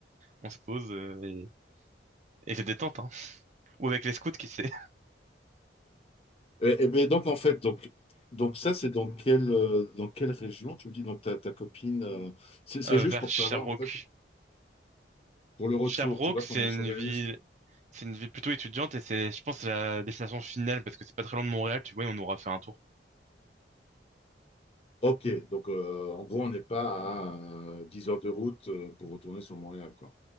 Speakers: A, on the right; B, on the left.
A: on se pose euh, et, et c'est détente. Hein. Ou avec les scouts, qui sait,
B: Et, et mais donc, en fait, donc, donc ça, c'est dans quelle, euh, dans quelle région? Tu me dis, donc ta, ta copine. euh, c'est
A: <laughs>
B: c'est
A: euh,
B: juste
A: vers
B: pour
A: Sherbrooke.
B: savoir, en fait, pour le retour,
A: Sherbrooke,
B: tu vois,
A: c'est
B: comment on
A: une
B: s'organise.
A: ville, c'est une ville plutôt étudiante et c'est, je pense, c'est la destination finale parce que c'est pas très loin de Montréal, tu vois, et on aura fait un tour.
B: Ok, donc euh, en gros, on n'est pas à euh, 10 heures de route euh, pour retourner sur Montréal, quoi.